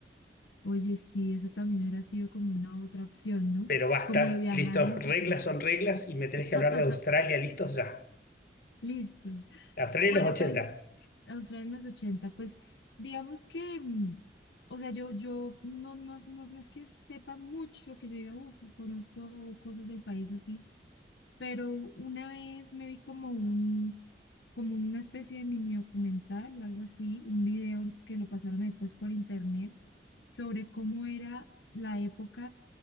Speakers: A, on the left; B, on the left.
A: Oye, sí, esa también hubiera sido como una otra opción, ¿no?
B: Pero basta,
A: Como de viajar
B: listo,
A: en ese
B: reglas
A: tiempo.
B: son reglas y me tenés
A: <laughs>
B: que hablar de Australia, listos ya.
A: Listo.
B: Australia
A: Bueno,
B: en los ochenta
A: pues Australia en los 80 pues digamos que, mm, o sea, yo, yo no, no, no, no es que sepa mucho, que yo diga, uff, conozco cosas del país así, pero una vez me vi como un, como una especie de mini documental o algo así, un video que lo pasaron ahí pues por internet sobre cómo era la época